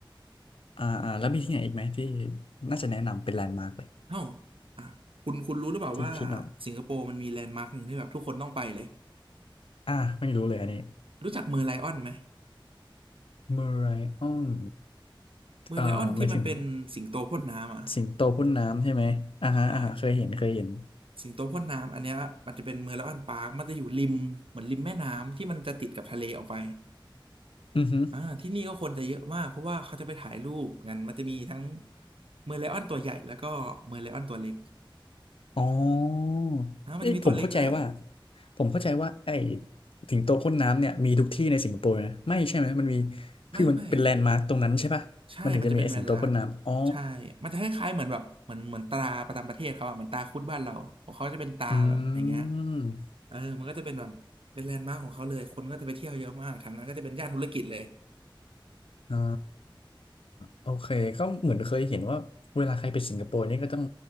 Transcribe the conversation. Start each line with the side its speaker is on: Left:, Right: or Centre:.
Left: ๆอ่าอ่าแล้วมีที่ไหนอีกไหมที่น่าจะแนะนำเป็นแลนด์มาร์กเลย
Right: เอ้าอ่ะคุณคุณรู้หรือเปล่าว่า
Left: ที่คิดเนาะ
Right: สิงคโปร์มันมีแลนด์มาร์คหนึ่งที่แบบทุกคนต้องไปเลย
Left: อ่าไม่รู้เลยอันนี้
Right: รู้จักเมอร์ไลออนไหม
Left: เมอไรออน
Right: เมอร์ไลออนที่มันเป็นสิงโตพ่นน้ำอ่ะ
Left: เอ่อหมายถึงสิงโตพ่นน้ำใช่ไหมอ่าฮะอ่าฮะเคยเห็นเคยเห็น
Right: ใช่สิงโตพ่นน้ำอันเนี้ยมันจะเป็นเมอร์ไลออนปาร์คมันจะอยู่ริมเหมือนริมแม่น้ำที่มันจะติดกับทะเลออกไป
Left: อือฮึ
Right: อ่าที่นี่ก็คนจะเยอะมากเพราะว่าเขาจะไปถ่ายรูปงันมันจะมีทั้งเมอร์ไลออนตัวใหญ่แล้วก็เมอร์ไลออนตัวเล็ก
Left: อ๋อ
Right: อ่ามันจะมีตัวเล็กด้วย
Left: เอ้ยผมเข้าใจว่าผมเข้าใจว่าไอ้สิงโตพ่นน้ำเนี่ยมีทุกที่ในสิงคโปร์นะไม่ใช่ไหมมันมี
Right: ไม่ไม่
Left: คือมันเป็นแลนด์มาร์คตรงนั้นใช่ปะมันถึงจะมีไอ้สิงโตพ่นน้ำอ๋อ
Right: ใช่มันจะเป็นแมนละใช่มันจะคล้ายๆเหมือนแบบเหมือนเหมือนตราประจำประเทศเขาอะเหมือนตราคุดบ้านเราของเขาจะเป็นตราแบบอย่างเงี้ย
Left: อืม
Right: เออมันก็จะเป็นแบบเป็นแลนด์มาร์คของเขาเลยคนก็จะไปเที่ยวเยอะมากแถวนั้นก็จะเป็นย่านธุรกิจเลย
Left: อ่าโอเคก็เหมือนเคยเห็นว่าเวลาใครไปสิงคโปร์นี่ก็ต้อง